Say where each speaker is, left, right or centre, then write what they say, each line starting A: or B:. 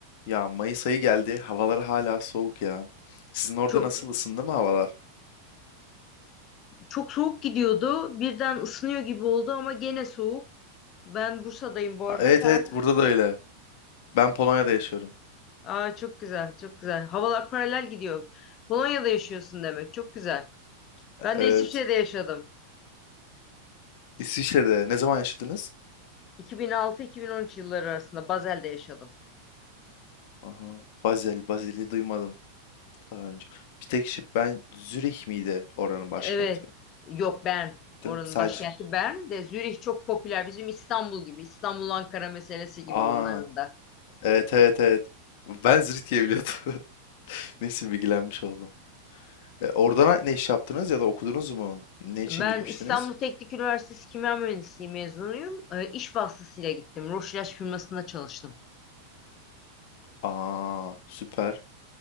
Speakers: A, on the left; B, on the left.
A: Ya Mayıs ayı geldi. Havalar hala soğuk ya. Sizin orada
B: Çok,
A: nasıl ısındı mı havalar?
B: çok soğuk gidiyordu. Birden ısınıyor gibi oldu ama gene soğuk. Ben Bursa'dayım bu
A: Ha,
B: arada.
A: Evet
B: Sen?
A: evet burada da öyle. Ben Polonya'da yaşıyorum.
B: Aa, çok güzel, çok güzel. Havalar paralel gidiyor. Polonya'da yaşıyorsun demek. Çok güzel.
A: E-
B: Ben
A: Evet.
B: de İsviçre'de yaşadım.
A: İsviçre'de. Ne zaman yaşadınız?
B: 2006-2013 yılları arasında Basel'de yaşadım.
A: Aha. Basel. Basel'i duymadım daha önce. Bir tek şey ben Zürih miydi oranın başkenti?
B: Evet. Yok Bern. Oranın
A: Değil mi? Sadece.
B: başkenti Bern de Zürih çok popüler. Bizim İstanbul gibi. İstanbul-Ankara meselesi gibi
A: Aa.
B: onların da.
A: Evet evet evet. Ben Zürih diye biliyordum. <laughs> Neyse bilgilenmiş oldum. E, orada ne iş yaptınız ya da okudunuz mu? Ne için
B: Ben
A: gitmiştiniz?
B: İstanbul Teknik Üniversitesi Kimya Mühendisliği mezunuyum. Ee, İş vasıtasıyla gittim. Roche ilaç firmasında çalıştım.
A: Aa süper.